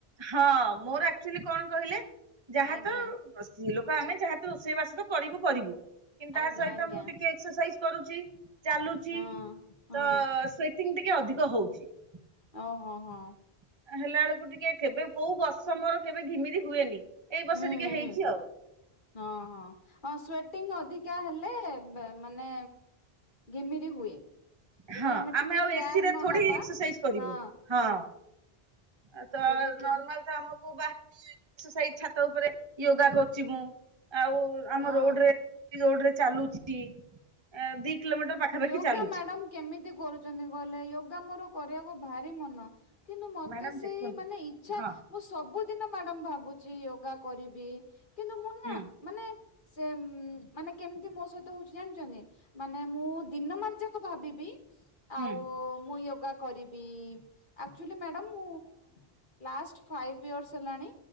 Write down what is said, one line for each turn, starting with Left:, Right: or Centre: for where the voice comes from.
Right: ହଁ ମୋର ଆକ୍ଚୁଲି କଣ କହିଲେ? ଯାହା
Left: ଆଜ୍ଞା
Right: ତ ସ୍ତ୍ରୀ ଲୋକ ଆମେ ଯାହା ରୋଷେଇବାସ ତ କରିବୁ କରିବୁ। କିନ୍ତୁ ତା
Left: ଆଜ୍ଞା
Right: ସହିତ
Left: ଆଜ୍ଞା
Right: ମୁଁ ଟିକେ ଏକ୍ସସାଇଜ କରୁଚି। ଚାଲୁଚି
Left: ହଁ ହଁ
Right: ତ ସ୍ଵେଟିଂ ଟିକେ ଅଧିକ ହଉଚି। <inaudible>
Left: ଓହୋ ହଁ।
Right: ହେଲାଆଳକୁ ଟିକେ କେବେ କୋଉ ବର୍ଷ ମୋର କେବେ ଘିମିରି ହୁଏନି। ଏଇ ବର୍ଷ
Left: ହୁଁ
Right: ଟିକେ ହେଇଛି
Left: ହୁଁ <inaudible>
Right: ଆଉ।
Left: ହଁ ହଁ ହଁ ଅଂ ସେଟିଙ୍ଗ ଅଧିକା ହେଲେ ବା ମାନେ ଘିମିରି ହୁଏ। ଯଦି
Right: ହଁ ଆମେ
Left: ଟିକେ
Right: ଆଉ
Left: କେୟାର
Right: ଏସିରେ
Left: ନ
Right: ଥୋଡି
Left: ନବା
Right: ଏକ୍ସସାଇଜ କରିବୁ।
Left: ହଁ
Right: ହଁ <inaudible> ତ
Left: ଯଦି କେ
Right: ନର୍ମାଲ ତ ଆମକୁ ମୁଁ ବା ଏକ୍ସରସାଇଜି ଛାତ ଉପରେ ୟୋଗା କରୁଚି ମୁଁ। ଆଉ ଆମ
Left: ହଁ
Right: ରୋଡ ରେ ରୋଡରେ ଚାଲୁଚି ଅଁ ଦି କିଲୋମିଟର ପାଖାପାଖି
Left: ୟୋଗା
Right: ଚାଲୁଚି।
Left: ମ୍ୟାଡାମ କେମିତି କରୁଚନ୍ତି କହିଲେ ୟୋଗା ମୋର କରିବାକୁ ଭାରି ମନ। କିନ୍ତୁ ମତେ
Right: ମ୍ୟାଡାମ
Left: ସେଇ
Right: ଦେଖନ୍ତୁ
Left: ମାନେ ଇଛା
Right: ହଁ
Left: ମୁଁ ସବୁ କିନ୍ତୁ ମ୍ୟାଡାମ୍ ଭାବୁଚି ୟୋଗା କରିବି କିନ୍ତୁ ମୁଁ ନା
Right: ହୁଁ
Left: ମାନେ ସେମ ମାନେ କେମିତି ମୋ ସହିତ ହଉଚି ଜାଣିଛନ୍ତି ମାନେ ମୁଁ ଦିନମାନ ଯାକ ଭାବିବି
Right: ହୁଁ
Left: ଆଉ ମୁଁ ୟୋଗା କରିବି ଆକ୍ଚୁଲି ମ୍ୟାଡାମ୍ ମୁଁ ଲାଷ୍ଟ ଫାଇଭ୍ ଇୟର୍ସ ହେଲାଣି